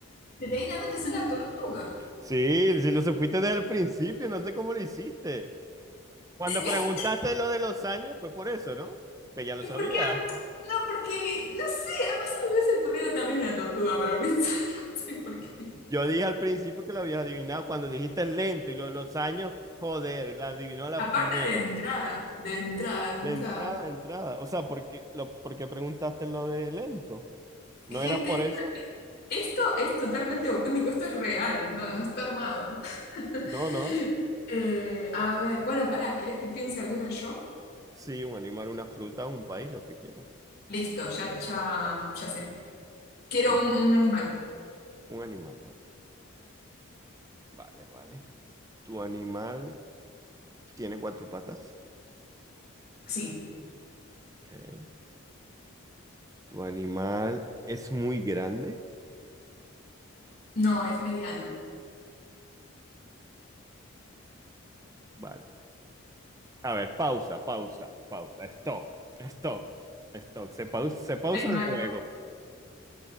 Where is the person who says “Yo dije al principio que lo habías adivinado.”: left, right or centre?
Right